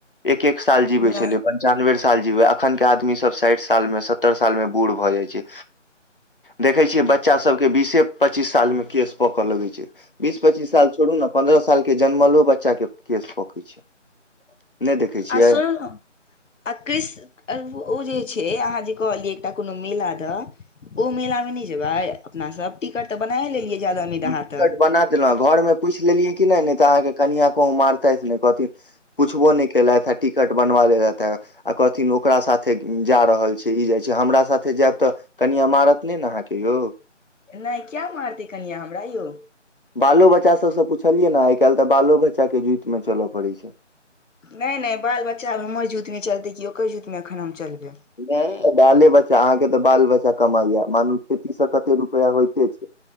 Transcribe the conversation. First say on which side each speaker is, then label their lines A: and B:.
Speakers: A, on the left (about 45°); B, on the left (about 90°).
A: एक एक साल जीबै
B: नहि
A: छले अपन। पञचानबे साल जीबै अखन के आदमी सभ साठि साल मे सत्तर साल मे बूढ़ भऽ जाई छै। देखैत छियै बच्चा सभके बीसे पच्चीस साल मे केस पकऽ लगैत छै। बीस पच्चीस साल छोड़ू ने पन्दद्रह साल के जनमलो बच्चा के केश कैत छै। नै देखै छियै?
B: आसल न आ कृ ओ जे छै अहाँ जे कहलियै एकटा कोनो मेला दऽ ओ मेला मे नहि छै भाय अपना सभ टिकट तऽ बना लेलियै। ज्यादा उम्मीद अहाँ
A: टिकट
B: तऽ
A: बना देलहुँ घरमे पुछि लेलियै कि नहि नहि तऽ अहाँकेँ कनिआ कहूँ मारता नहि कहथिन पुछबो नहि केलथि हा टिकट बनवा लेलथि ह। आ कहथिन ओकरा साथे जा रहल छै ई जाई छै हमरा साथे जायब तऽ। कनि अमारत नहि ने अहाँकेँ यौ
B: नहि क्या मारतै कनिआँ हमरा य
A: बालो बच्चा सभसँ पूछलियै ने आई काल्हि तऽ बालो बच्चा के जुति मे चलय पड़ैत छै
B: नहि नहि बाल बच्चा आब हमर जूतमे चलतै कि ओकर जूत मे एखन हम चलबै
A: नहि बाले बच्चा अहाँकेँ तऽ बाल बच्चा कमाइया मानू खेती से कते रुपैआ होयइते